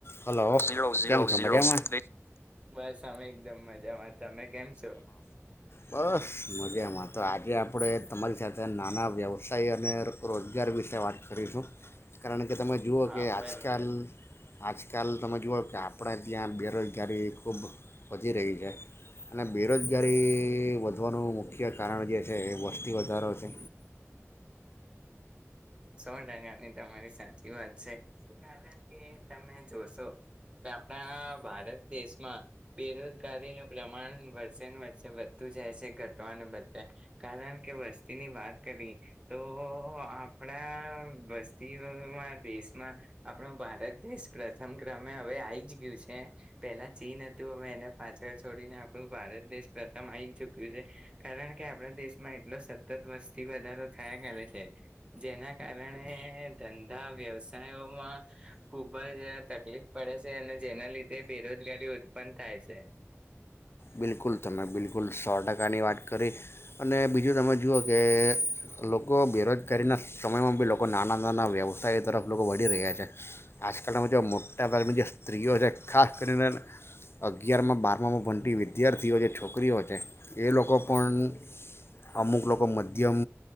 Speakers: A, on the left (about 50°); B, on the right (about 20°).
A: Hello <inaudible> <inaudible> કેમ મજામાં?
B: બસ અમે એકદમ મજામાં. તમે કેમ છો
A: બસ મજામાં તો આજે આપ આપણે તમારી સાથે નાના વ્યવસાય અને રોજગાર વિશે વાત કરીશું. કારણ કે તમે જુઓ
B: હા
A: કે
B: બરોબર
A: આજકાલ આજ કાલ તમે જુઓ કે આપણા ત્યાં બેરોજગારી ખૂબ વધી રહી છે. અને બેરોજગ જગારી વધવાનું મુખ્ય કારણ જે છે એ વસ્તી વધારો છે.
B: સો ટકાની તમારી સાચી વાત છે. કારણ કે તમે જોશો કે આપણા ભારત દેશમાં બેરોજગારીનું પ્રમાણ વર્ષે ને વર્ષે વધતું જાય છે ઘટવાને બદલે કારણ કે વસ્તીની વાત કરી તો આ આપણા વસ્તીઓમાં દેશમાં આપણો ભારત દેશ પ્રથમ ક્રમે હવે આઈ જ ગયું છે. પેલા ચીન હતું હવે એને પાછળ છોડીને આપણું ભારત દેશ પ્રથમ આવી ચુક્યું છે. કારણ કે આપણા દેશમાં એટલો સતત વસ્તી વધારો થયા કરે છે. જેના કારણે ધંધા, વ્યવસાયોમાં ખુબ જ તકલીફ પડે છે. અને જેના લીધે બેરોજગારી ઉત્પન્ન થાય સે.
A: બિલકુલ તમે બિલકુલ સો ટકાની વાત કરી. અને બીજું તમે જુઓ કે લોકો બેરોજગારીના સમયમાં બી લોકો નાના નાના વ્યવસાય તરફ લોકો વળી રહ્યા છે. આજકાલમાં જે મોટાભાગની જે સ્ત્રીઓ છે ખાસ કરીને અગિયારમાં બારમાં માં ભણતી વી વિદ્યાર્થીઓ જે છોકરીઓ છે એ લોકો પણ અમુક લોકો મધ્યમ